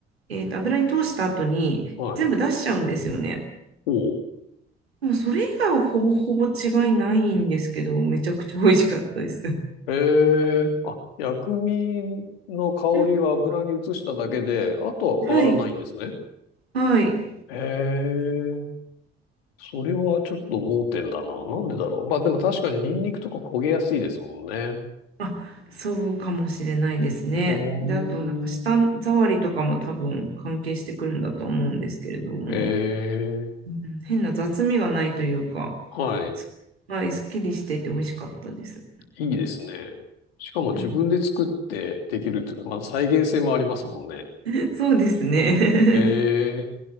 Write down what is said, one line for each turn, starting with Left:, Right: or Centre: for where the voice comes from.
Right: えーと、油に通した後に全部出しちゃうんですよね。
Left: はいおう。
Right: でもそれ以外はほぼほぼ違いないんですけど、めちゃくちゃ美味しかったです。
Left: ええあ、薬味の香りを油に移しただけで、
Right: うん
Left: あとは変わらないんですね。
Right: はい、はい。
Left: ええそれはちょっと盲点だな。なんでだろう。まあでも確かにニンニクとか焦げやすいですもんね。
Right: あ、そうかもしれないですね。
Left: お
Right: で、あと、なんか舌触りとかも多分関係してくるんだと思うんですけれども。
Left: ー。ええ
Right: うん変な雑味がないというか、
Left: はい。
Right: すはい、すっきりしてて美味しかったです。
Left: いいですね。しかも自分で作ってできるっていうか、
Right: はい、
Left: まあ再現性もありますもんね。
Right: <laughs> そうですね。
Left: ええ